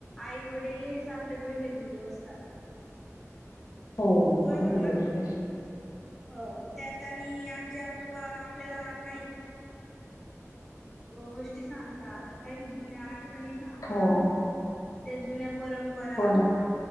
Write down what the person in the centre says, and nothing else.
आई वडील हेच आपले पहिले गुरु असतात.
बरोबर
ना
हो त्यात आणि आजी आज आजोबा आपल्याला काही अ गोष्टी सांगतात काही जुन्या आठवणी सांगतात
त्या जुन्यप परंपरा